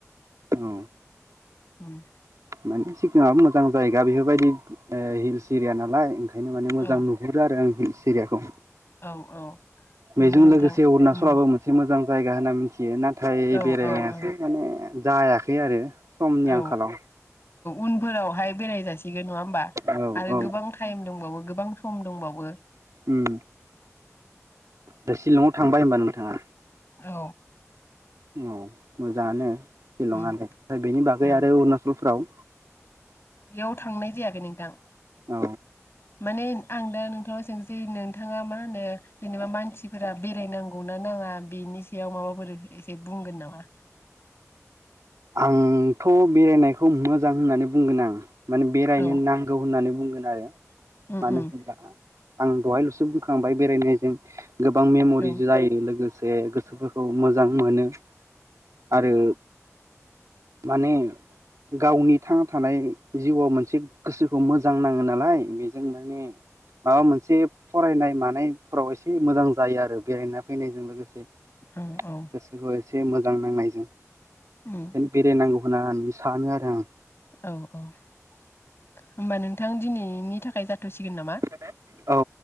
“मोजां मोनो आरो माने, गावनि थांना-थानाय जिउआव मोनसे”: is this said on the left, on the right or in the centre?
Right